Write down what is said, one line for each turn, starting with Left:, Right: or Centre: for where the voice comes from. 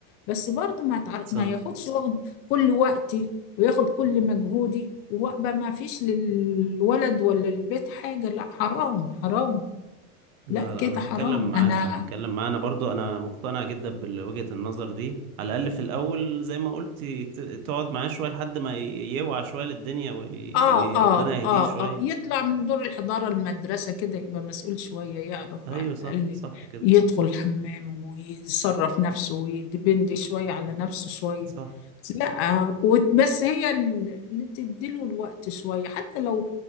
Left: بس برضه ما يتعر...
Right: صح
Left: ما ياخدش واخد كل وقتي وياخد كل مجهودي وابقى ما فيش للولد ولا البيت حاجة لا حرام حرام
Right: لا
Left: لا
Right: لا
Left: كده
Right: انا
Left: حرام
Right: هتكلم معاها
Left: انا
Right: هتكلم معاها انا برضو انا مقتنع جدا بوجهة النظر دي على الاقل في الاول زي ما قلت ت- تقعد معاه شوية لحد ما ي- يوعى شوية للدنيا وي-
Left: اه
Right: وربنا
Left: اه
Right: يهديه
Left: اه
Right: شوية
Left: اه يطلع من دور الحضانة المدرسة كده يبقى مسؤول شوية يعرف
Right: ايوه
Left: على الأقل
Right: صح صح كده
Left: يدخل الحمام ويصرف نفسه ويدبند شوية على نفسه شوية
Right: صح
Left: لا وت- بس هي ال- اللي تديله الوقت شوية حتى لو